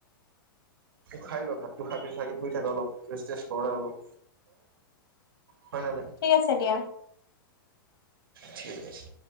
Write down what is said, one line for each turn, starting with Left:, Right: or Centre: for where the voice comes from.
Right: খাই লোৱা ভাতটো খাই পিনে শুই থাকা অলপ ৰেষ্ট চেষ্ট কৰা অলপ হয় নে নাই
Left: ঠিক আছে দিয়া
Right: ঠিক আছে